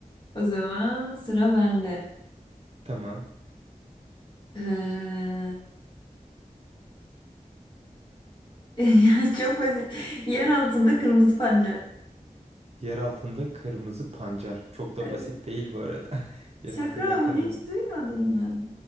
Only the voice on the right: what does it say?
Tamam.
Yer altında kırmızı pancar. Çok da
basit değil bu arada. <laughs>
Yer altında
kırmızı.